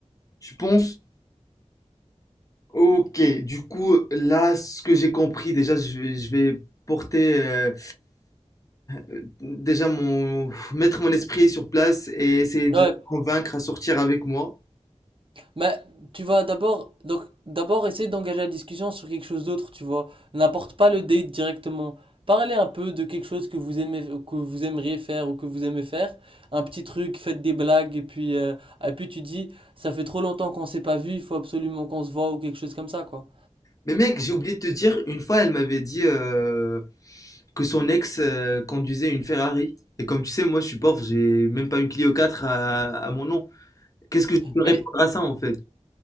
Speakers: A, on the left (about 30°); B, on the right (about 50°).
A: je pense, ok, du coup, là, ce que j'ai compris, déjà, je vais, je vais porter, euh, euh, déjà, mon, mettre mon esprit sur place et essayer
B: Ouais,
A: de la convaincre à sortir avec moi.
B: Mais tu vas d'abord donc d'abord essayer d'engager la discussion sur quelque chose d'autre, tu vois. N'apporte pas le date directement. Parlez un peu de quelque chose que vous aimez que vous aimeriez faire ou que vous aimez faire, un petit truc, faites des blagues et puis euh, et puis tu dis ça fait trop longtemps qu'on s'est pas vu, il faut absolument qu'on se voit ou quelque chose comme ça quoi.
A: Mais mec, j'ai oublié de te dire, une fois, elle m'avait dit euh, que son ex euh, conduisait une Ferrari. Et comme tu sais, moi, je suis pauvre, j'ai même pas une Clio 4 à, à mon nom. Qu'est-ce que je peux
B: Mais
A: répondre à ça, en fait?